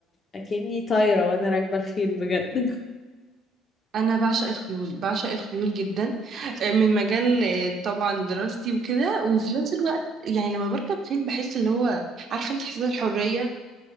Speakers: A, on the left (about 30°); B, on the right (about 45°).
A: اكني طايرة وانا راكبة الخيل بجد <laughs>
B: انا بعشق الخيول بعشق الخيول جدا آه، من مجال آه، طبعا دراستي وكده وفي نفس الوقت يعني لما بركب خيل بحس اللي هو عارفه انت احساس الحريه